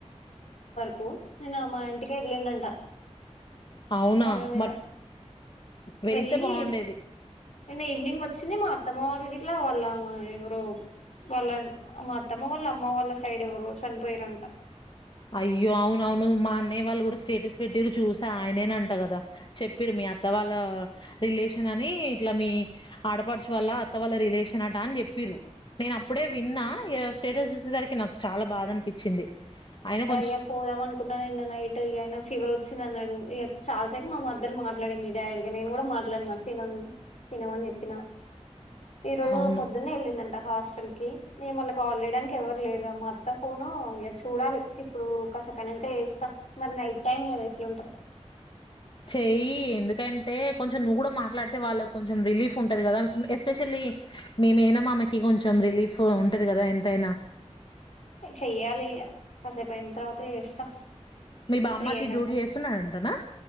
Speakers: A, on the left; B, on the left.
A: కు నిన్న మా ఇంటికేళ్లిందంట
B: అవునా
A: పని మీద
B: మరి వెళ్తే
A: వెళ్ళి
B: బాగుండేది
A: నిన్నా ఈవినింగ్ ఓచ్చింది మా అత్తమ్మ వాల్ గిట్లా వాళ్ళ ఎవరో టాళ్ళ మా అత్తమ్మ వాళ్ళ అమ్మ వాళ్ళ సైడ్ ఎవరో చనిపోయారంట
B: అయ్యో అవునవును మా అన్నయ్య వాళ్ళు కూడా స్ స్టేటస్ పెట్టిరు చూసా ఆయనేనంట కదా చెప్పిరు మీ అత్త వాళ్ళ రిలేషన్ అని ఇట్లా మీ ఆడపడుచు వల్ల అత్త వాళ్ళ రిలేషన్ అట అని చెప్పిరూ నేను అప్పుడే విన్నా ఇగ స్టేటస్ చూసేసరికి నాకు చాలా బాధ అనిపించింది కొంచెం
A: ఇగ పోదాం అనుకున్నా నిన్న నైట్ అయినా ఫీవర్ వో వచ్చింది అన్నాడు ఇగ చాలాసేపు మా మద్దల్ మాట్లాడింది డాడీగా నేను కూడా మాట్లాడిన తినను తినమని చెప్పిన ఈరోజు ఆమె
B: అవును
A: పొద్దున్నే ఎల్లిందన్ హాస్టల్ కి నేన్ మల్ల కాల్ చేయడానికి ఎవరు లేరు గా మా అత్త ఫోను ఇగ చూడాలి ఇప్పుడు కాసే పైనాక చేస్తా మరి నైట్ టైమ్ కదా ఎట్లుంటదో
B: చెయ్యి ఎందుకంటే కొంచెం నువ్వు కూడా మాట్లాడితే వాళ్ళకి కొంచెం రిలీఫ్ ఉంటంది కదా ఎస్పెషల్లీ మి మేన మామకి కొంచెం రిలీఫ్ ఉంటది కదా ఎంతైనా
A: చెయ్యాలి ఇగ కాసేపు అయిన తర్వాత చేస్తా
B: మీ బామ్మర్ది
A: ఫ్రీ అయినాక
B: డ్యూటీ చేస్తున్నడంటనా